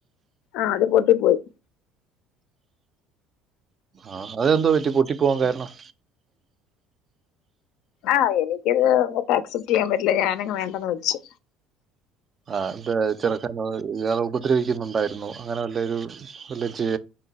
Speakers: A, on the left; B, on the right.
A: ആഹ അത് പൊട്ടി പോയി
B: ആഹ അതെന്തോ പറ്റി പൊട്ടി പോവാാൻ കാരണം
A: ആഹ് എനിക്കത്ങ്ങോട്ട് ആക്സെപ്റ്റ് ചെയ്യാൻ പറ്റില്ല ഞാാനങ്ങ് വേണ്ടന്ന് വെിച്ചു
B: ആ ഇത് ചെറക്കൻ ഇയാള ഉപദ്രവിക്കുന്നുണ്ടായിരുന്നു അങ്ങനെ വല്ലരു മല്ലേ ജേ